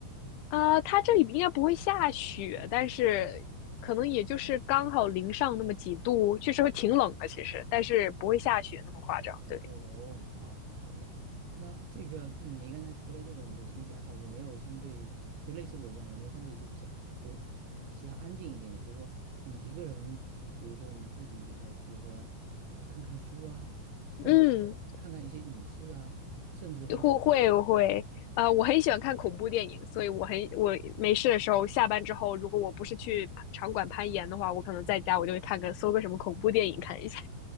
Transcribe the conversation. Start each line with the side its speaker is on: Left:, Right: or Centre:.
Left: 啊，它这里应该不会下雪，但是可能也就是刚好零上那么几度，确实会挺冷的，其实，但是不会下雪那么夸张，
Right: 哦，
Left: 对，
Right: 哦，好的好的，那这个，嗯，你刚才除了这种的兴趣爱好，有没有相对就类似我一样，有没有相对就是我其他安静一点的？比如说你一个人，比如说你自己有时候，比如说呃看看书啊，
Left: 嗯。
Right: 或者说看看一些影视啊，甚至或者
Left: 会会我会，呃，我很喜欢看恐怖电影，所以我很我没事的时候，下班之后，如果我不是去场馆攀岩的话，我可能在家我就会看个搜个什么恐怖电影看一下。